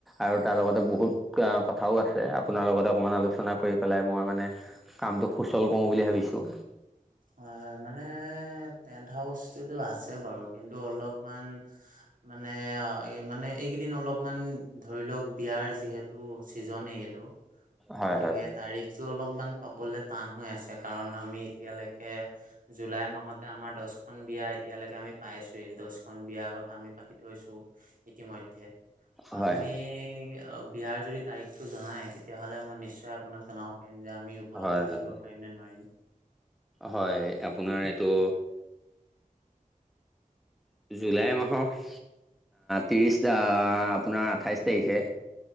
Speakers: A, in the centre; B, on the right (about 70°).
A: আৰু তাৰ লগতে বহুত কথাও আছে আপোনাৰ লগতে অকমান আলোচনা কৰি পেলাই মই মানে কামটো সুচল কৰোঁ বুলি ভাবিছোঁ।
B: হয়, হয়, মানে টেন্ট হাউচটোতো আছে বাৰু কিন্তু অলপমান মানে মানে এইকেইদিন অলপমান ধৰি লওক বিয়াৰ যিহেতু ছিজনেই এইটো,
A: হয়
B: গতিকে
A: হয়
B: তাৰিখটো অলপমান পাবলে টান হৈ আছে কাৰণ, আমি এতিয়ালৈকে জুলাই মাহতে আমাৰ দহখন বিয়া এতিয়ালৈকে আমি পাইছোয়েই দহখন বিয়াৰ কথা আমি পাতি থৈছো। ইতিমধ্যে
A: হয়
B: আপুনি বিয়াৰ যদি তাৰিখটো জনাই তেতিয়াহ'লে মই নিশ্চয় আপোনাক জনাব পাৰিম যে আমি উপলব্ধ
A: হয় হয়
B: থাকিব পাৰিম নে নোৱাৰিম।
A: হয়, আপোনাৰ এইটো জুলাই মাহৰ ত্ৰিছ আপোনাৰ আঠাইছ তাৰিখে।